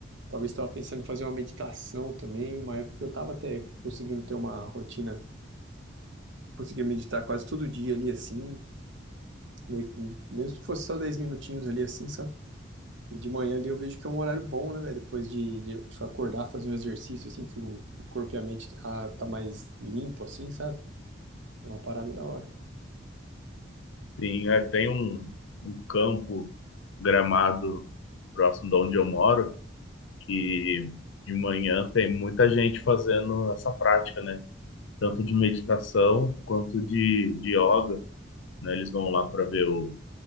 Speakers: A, on the right; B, on the left.
A: Talvez estava pensando em fazer uma meditação também, uma época eu estava até conseguindo ter uma rotina, conseguia meditar quase todo dia ali assim, meio que- mesmo que fosse só 10 minutinhos ali assim, sabe? E de manhã ali eu vejo que é um horário bom, né, velho? Depois de, de eu acordar, fazer um exercício assim, que o, o corpo e a mente ah, tá mais limpo assim, sabe? É uma parada da hora, velho.
B: Tem, é, tem um, um campo gramado próximo de onde eu moro que de manhã tem muita gente fazendo essa prática, né? Tanto de meditação quanto de, de yoga, né? Eles vão lá para ver o